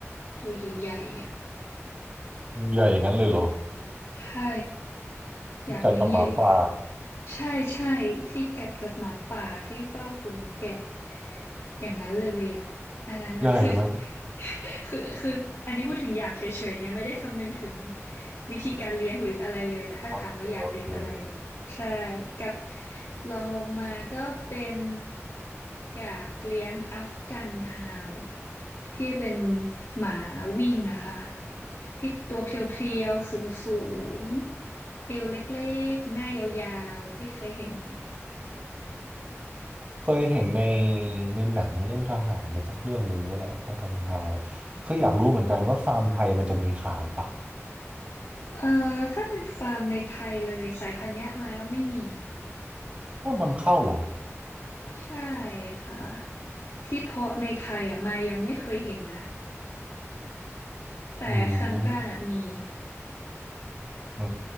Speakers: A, on the left (about 75°); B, on the right (about 25°).
A: ตัวใหญ่ๆอ่ะ
B: ใหญ่อย่างนั้นเลยเหรอ
A: ใช่
B: ที่ไก่กับหมาป่า
A: อยากเลี้ยงใหญ่ ใช่ใช่ที่กัดกับหมาป่าที่เฝ้าฝูงแกะอย่างนั้นเลยอ่ะอันนั้นอ่ะคือ
B: ใหญ่ไหม
A: <laughs> คือคืออันนี้พูดถึงอยากเฉยๆไงไม่ได้คำนึงถึงวิธีการเลี้ยงหรืออะไรเลยแต่ถ้าถามว่าอยากเลี้ยงอะไรอ่ะใช่
B: โอเคโอเค
A: กับลองลงมาก็เป็นอยากเลี้ยงอัฟกันฮาวที่เป็นหมาวิ่งอะค่ะที่ตัวเพรียวๆสูงๆเอวเล็กๆหน้ายาวๆพี่เคยเห็นไหม
B: เคยเห็นในในหนังเรื่องทหารอะไรสักเรื่องหนึ่งนี่แหละเอากันฮาวคืออยากรู้เหมือนกันว่าฟาร์มไทยมันจะมีขายปะ
A: เอ่อถ้าเป็นฟาร์มในไทยเลยสายพันธุ์เนี้ยมายว่าไม่มี
B: ต้องนำเข้าเหรอ
A: ใช่ค่ะที่เพาะในไทยอ่ะมายยังไม่เคยเห็นนะแต่คังก้าน่ะมี
B: อืมอื